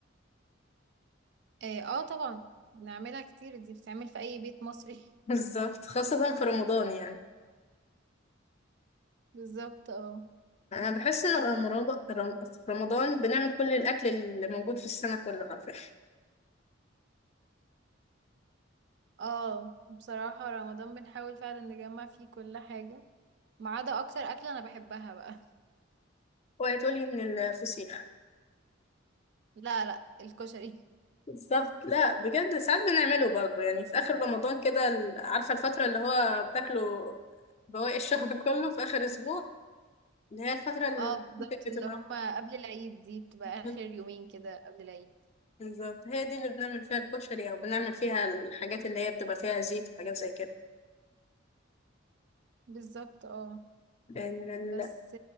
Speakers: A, on the right (about 60°); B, on the left (about 35°).
A: اه آه طبعا بنعملها كتير دي بتتعمل في اي بيت مصري
B: <laughs> بالظبط خاصة في رمضان يعني
A: <laughs> بالظبط اه
B: انا بحس ان رمضان رم- في رمضان بنعمل كل الاكل اللي موجود في السنة كله عارفة
A: اه بصراحة رمضان بنحاول فعلا نجمع فيه كل حاجة ما عدا اكتر اكلة انا بحبها بقى
B: وهتقولي من الفسيخ
A: <laughs> لا لا الكشري
B: بالظبط لا بجد ساعات بنعمله برضه يعني في اخر رمضان كده ال- عارفه الفتره اللي هو بتاكله بواقي الشهر <laughs> كله في اخر اسبوع اللي هي الفتره اللي
A: اه بالظبط
B: بتبقى
A: اللي هما قبل العيد دي بتبقى
B: <laughs>
A: اخر يومين كده قبل العيد
B: بالظبط هي دي اللي بنعمل فيها الكشري او بنعمل فيها الحاجات اللي هي بتبقى فيها زيت وحاجات زي كده
A: بالظبط اه
B: لان ال...
A: بس